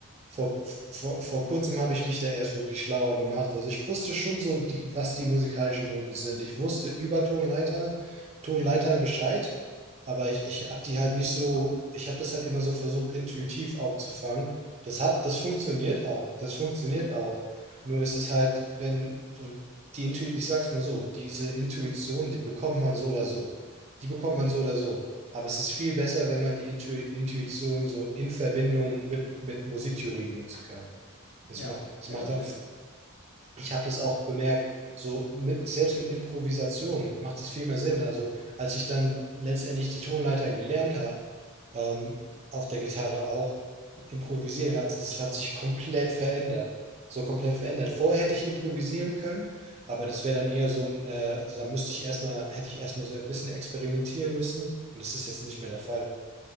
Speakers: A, on the right; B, on the left.
A: vor, vor, vor kurzem habe ich mich da erst wirklich schlauer gemacht. Also ich wusste schon so die, was die musikalischen Noten sind. Ich wusste über Tonleiter, Tonleitern Bescheid, aber ich,
B: Mhm.
A: ich habe die halt nicht so, ich habe das halt immer so versucht, intuitiv aufzufangen. Das hat, das funktioniert auch. Das funktioniert auch. Nur ist es halt, wenn, die Intuition, ich sag's mal so, diese Intuition, die bekommt man so oder so. Die bekommt man so oder so. Aber es ist viel besser, wenn man die Intu Intuition so in Verbindung mit, mit Musiktheorie benutzen kann. Das
B: Ja,
A: macht, das
B: ja,
A: macht
B: das
A: dann
B: stimmt.
A: ich habe das auch bemerkt, so mit, selbst mit Improvisation macht es viel mehr Sinn. Also als ich dann letztendlich die Tonleitern gelernt habe, ähm, auf der Gitarre auch, improvisieren hat, es hat sich komplett verändert. So komplett verändert. Vorher hätte ich improvisieren können, aber das wäre dann eher so ein, äh, da müsste ich erstmal, hätte ich erstmal so ein bisschen experimentieren müssen und das ist jetzt nicht mehr der Fall.